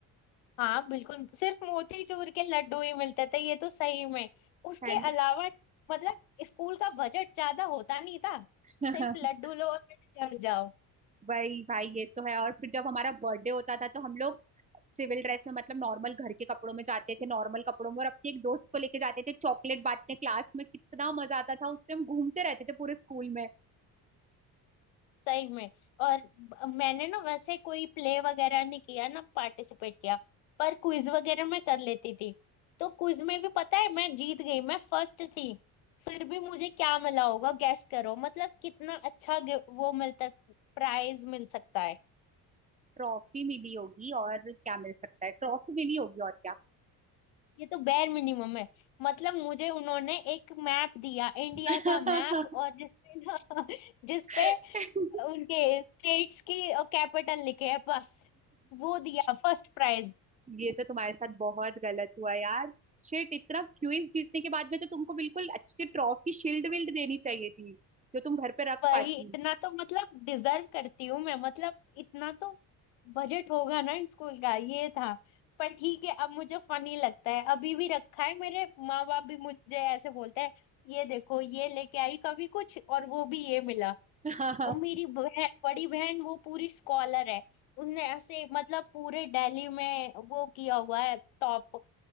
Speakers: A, on the left (about 75°); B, on the right (about 15°).
A: हाँ बिल्कुल सिर्फ मोतीचूर के लड्डू ही मिलते थे ये तो सही में उसके
B: है ना
A: अलावा मतलब स्कूल का बजट ज्यादा होता नहीं था
B: <laughs>
A: सिर्फ लड्डू लो और पेट भर जाओ
B: भाई भाई ये तो है और फिर जब हमारा बर्थडे होता था तो हम लोग सिविल ड्रेस में मतलब नॉर्मल घर के कपड़ों में जाते थे नॉर्मल कपड़ों में और अपने एक दोस्त को लेके जाते थे चॉकलेट बांटने क्लास में कितना मजा आता था उस टाइम घूमते रहते थे पूरे स्कूल में
A: सही में और ब- मैंने ना वैसे कोई प्ले वगैरह नहीं किया ना पार्टिसिपेट किया पर क्विज वगैरह मैं कर लेती थी तो क्विज में भी पता है मैं जीत गई मैं फर्स्ट थी फिर भी मुझे क्या मिला होगा गैस करो मतलब कितना अच्छा गे- वो मिलता प्राइज मिल सकता है
B: ट्रॉफी मिली होगी और क्या मिल सकता है ट्रॉफी मिली होगी और क्या
A: ये तो बेर मिनिमम है मतलब मुझे उन्होंने एक मैप दिया इंडिया
B: <laughs>
A: का मैप और जिसपे ना <laughs> जिसपे
B: <laughs>
A: उनके स्टेट्स की कैपिटल लिखे है बस वो दिया फर्स्ट प्राइज
B: ये तो तुम्हारे साथ बहुत गलत हुआ यार शिट इतना क्विज जीतने के बाद में तो तुमको बिल्कुल अच्छी ट्रॉफी शील्ड विल्ड देनी चाहिए थी जो तुम घर पे रख
A: वही
B: पाती
A: इतना तो मतलब डिजर्व करती हूँ मैं मतलब इतना तो बजट होगा ना स्कूल का ये था पर ठीक है अब मुझे फनी लगता है अभी भी रखा है मेरे माँ बाप भी मुझे ऐसे बोलते हैं ये देखो ये लेके आई कभी कुछ और वो भी ये मिला
B: <laughs>
A: और मेरी बहन बड़ी बहन वो पूरी स्कॉलर है उसने ऐसे मतलब पूरे दिल्ली में वो किया हुआ है टॉप